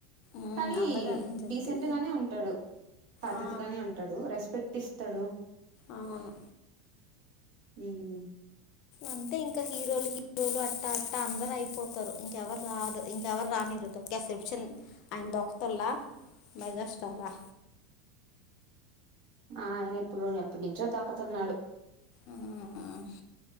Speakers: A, on the left (about 55°); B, on the right (about 70°).
A: మ్మ్
B: కానీ
A: అందగాడని చెప్పి
B: డీసెంట్ గానే ఉంటాడు పద్ధతిగానే
A: ఆ
B: ఉంటాడు రెస్పెక్ట్ ఇస్త వత్తడు
A: అవును
B: మ్మ్ హ్హ్
A: అంటే ఇంకా హీరోలకి రోజులు అట్టా అట్టా అందరు అయిపోతారు ఇంకెవరురారు ఇంకెవరిని రానివ్వరు తోక్కెస్తారు ఇప్పుడు తొక్కుతాళ్ల మేగాస్టారా
B: ఆ ఆయన ఎప్పుడో ఎప్పటినుంచో తోక్కుతున్నాడు
A: మ్మ్